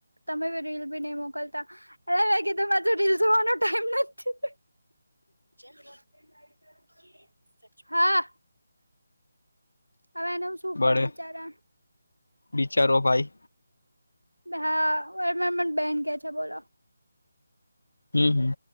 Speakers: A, on the right; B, on the left.
A: તમે બી રીલ ભી નહી મોકલતા. અરે, મેં કીધું મેં તો રીલ જોવાનો ટાઈમ નથી. <inaudible> હા હવે એને હું શું
B: મળે
A: કવ બિચારા
B: બિચારો ભાઈ.
A: અબે હા, ઓયમા મન બેન કે છે બોલો.
B: હમમ હમમ.